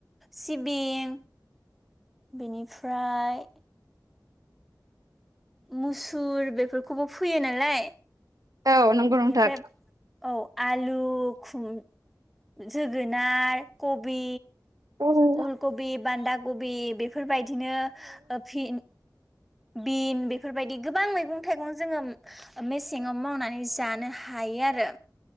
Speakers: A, in the centre; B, on the right.
A: सिबिं बेनिफ्राय मुसुर बेफोरखौबो फैयो नालाय
B: औ नंगौ
A: बिनिफ्राय
B: नोंथां
A: औ आलु खुम जोगोनार कबि
B: औ नंगौ
A: अलकबि बान्दा कबि बेफोरबायदिनो फिन बिन बेफोरबायदि गोबां मैगं थाइगं जोङो मेसेंआव मावनानै जानो हायो आरो <inaudible>